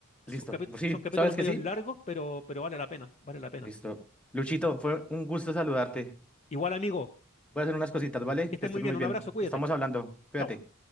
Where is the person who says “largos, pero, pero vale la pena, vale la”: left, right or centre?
Left